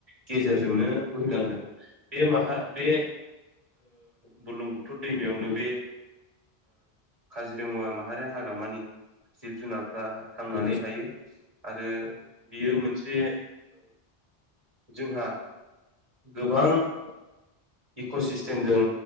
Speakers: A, on the right; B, on the left.
A: गेजेरजोंनो
B: इस जैसे में
A: बोहैलांदों बे
B: ये
A: माहारि
B: वहाँ
A: बे
B: के
A: बुरलुंबुथुर दैमायावनो
B: भी जरूरी
A: बे काजिरङा माहारि हाग्रामानि जिब जुनारफ्रा थांनानै
B: ये
A: थायो आरो बियो
B: उसके
A: मोनसे बे जोंहा गोबां
B: जुबान इकोसिस्टम
A: इक'सिस्टेमजों